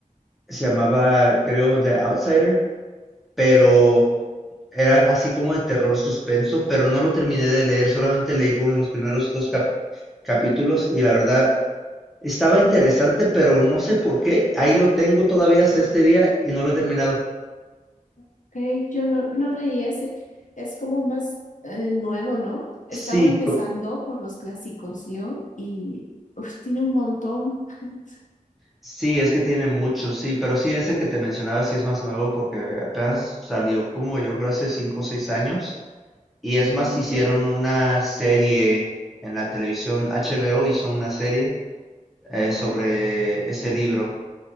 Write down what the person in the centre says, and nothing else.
se llamaba, creo, The Outsider. pero era así como de terror suspenso, pero no lo terminé de leer, solamente leí con los primeros dos cap- capítulos y la verdad estaba interesante, pero no sé por qué, ahí lo tengo todavía hasta este día y no lo he terminado.
Sí,
co-
sí, es que tiene mucho, sí, pero sí, ese que te mencionaba sí es más nuevo porque apenas salió como yo creo hace cinco o seis años y es más,
hicieron una serie en la televisión, HBO hizo una serie eh,
sobre ese libro.